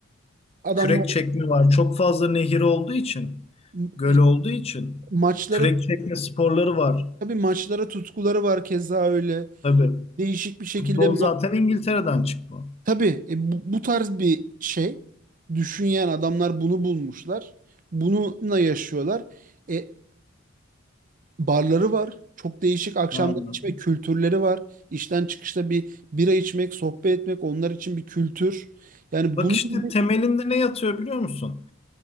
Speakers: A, on the right (about 40°); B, on the left (about 30°).
A: Adamlar
B: Kürek çekme var. Çok fazla nehir olduğu için,
A: m-
B: göl olduğu için
A: maçlara
B: kürek çekme sporları var.
A: tabii maçlara tutkuları var keza öyle.
B: Tabii.
A: Değişik bir şekilde
B: Futbol
A: ma-
B: zaten İngiltere'den çıkma.
A: Tabii e, bu, bu tarz bir şey düşünen adamlar bunu bulmuşlar. Bununla yaşıyorlar. E, barları var. Çok değişik akşamlar
B: Aynen.
A: içme kültürleri var. İşten çıkışta bir bira içmek, sohbet etmek onlar için bir kültür. Yani
B: Bak
A: bunun
B: işte
A: gibi
B: temelinde ne yatıyor biliyor musun?